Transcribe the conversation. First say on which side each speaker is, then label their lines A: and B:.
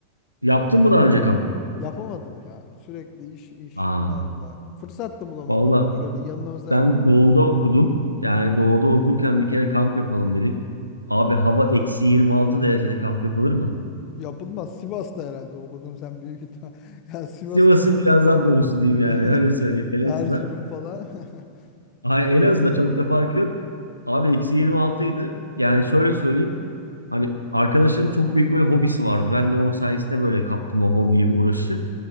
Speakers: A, on the left; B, on the left.
A: yaptın mı daha önce kamp?
B: yapamadım ya. Sürekli iş iş
A: Aa,
B: valla. Fırsat da bulamadık.
A: valla
B: Şöyle yanımıza
A: ben doğuda okudum. Yani doğuda okurken bir kere kamp yapalım dedik. Abi hava eksi 26 derecede kamp yapılır mı?
B: yapılmaz. Sivas'ta herhalde okudun sen büyük ihtimal. <laughs> Yani Sivas'ın
A: Sivas'ın
B: su
A: biraz daha doğusu diyeyim yani
B: <laughs>
A: öyle söyleyeyim Elazığ'da.
B: Erzurum falan. <laughs>
A: Ay Elazığ'da çok da fark yok. Abi eksi 26 idi. Yani şöyle söyleyeyim. Hani arkadaşım çok büyük böyle hobisi vardı. Ben de onun sayesinde böyle kaptım o hobiyi uğraşı.